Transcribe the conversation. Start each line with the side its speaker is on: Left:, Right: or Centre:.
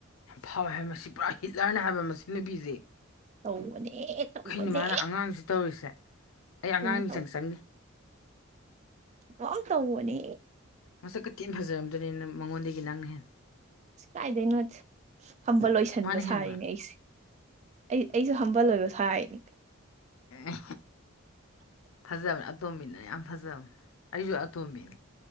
Left: ꯌꯥꯝ ꯐꯥꯎꯋꯦ ꯍꯥꯏꯕ ꯃꯁꯤ ꯄꯨꯔꯥ ꯍꯤꯠꯂꯔꯅꯦ ꯍꯥꯏꯕ ꯃꯁꯤ ꯅꯨꯄꯤꯁꯦ
Right: ꯇꯧꯕꯅꯦ ꯇꯧꯕꯅꯦ
Left: ꯈꯩꯅ ꯃꯥꯅ ꯑꯉꯥꯡꯁꯤ ꯇꯧꯔꯤꯁꯦ ꯑꯩ
Right: ꯑꯗꯨꯅꯦ
Left: ꯑꯉꯥꯡ ꯃꯤꯆꯪ ꯆꯪꯉꯤ
Right: ꯀꯥꯎ ꯇꯅꯦ
Left: ꯃꯁꯛ ꯈ ꯊꯤꯅ ꯐꯖꯔꯝꯗꯅꯤ ꯅꯪ ꯃꯉꯣꯟꯗꯒꯤ ꯅꯪꯅ ꯍꯦꯟꯅ
Right: ꯀꯥꯏꯗꯩꯅꯣꯠꯇ ꯐꯝꯕ ꯂꯣꯏꯁꯟꯕ
Left: ꯃꯥꯅ ꯍꯦꯟꯕ꯭ꯔꯥ
Right: ꯁꯥꯔꯤꯅꯦ ꯑꯩꯁꯦ ꯑꯩ ꯑꯩꯁꯨ ꯍꯝꯕꯜꯂꯣꯏꯕ ꯁꯥꯅꯤ
Left: ꯎ ꯐꯖꯕꯅꯦ ꯑꯇꯣꯝꯕꯤꯅ ꯌꯥꯝ ꯐꯖꯕꯅꯦ ꯑꯩꯁꯨ ꯑꯇꯣꯝꯕꯤꯅꯤ